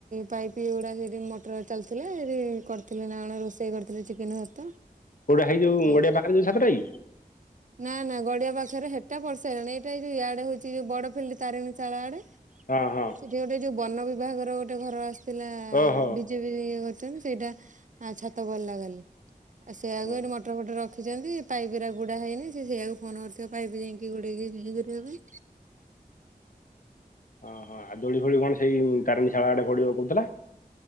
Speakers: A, on the right; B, on the left.
A: ପାଇପ୍ ପିଗୁଡା ସେଠି ମଟର ଚାଲିଥିଲା ସେଠି କରିଥିଲେ ନା କଣ ରୋଷେଇ କରିଥିଲେ ଚିକେନ ଭାତ।
B: କୋଉଟା ହେଇ ଯୋଉ
A: ଆଉ
B: ଗଡିଆ ପାଖରେ ଯଉ ଛାତଟା କି?
A: ନା ନା ଗଡିଆ ପାଖରେ ହେଟା ପଡିସାରିଲାଣି ଏଇଟା ଏ ଯୋଉ ଇଆଡେ ହଉଛି। ସେ ଯଉ ବଡ ଫିଲ୍ଡ ତାରିଣୀ ଚାଳ ଆଡେ।
B: ହଁ ହଁ।
A: ଏଠି ଗୋଟେ ଯୋଉ ବନ ବିଭାଗର ଗୋଟେ ଘର ଆସିଥିଲା
B: ଓହୋ
A: ବିଜେ ଇଏ କରୁଛନ୍ତି ସେଇଟା ଛାତ ପଡିଲା କାଲି। ଆଉ ସେଇଆକୁ
B: ହଁ।
A: ଏଠି ମଟର ଫଟର ରଖିଛନ୍ତି। ପାଇପିରା ଗୁଡା ହେଇନି ସେ ସେଇଆକୁ ଫୋନ କରିଥିବ ପାଇପି ଯାଇକି ଗୋଡେଇକି ରଖିବା ପାଇଁ।
B: ଓହୋ ଆ ଦୋଳି ଫୋଳି କଣ ସେଇ ତାରିଣୀ ଶାଳା ଆଡେ ପଡିବ କହୁଥିଲା।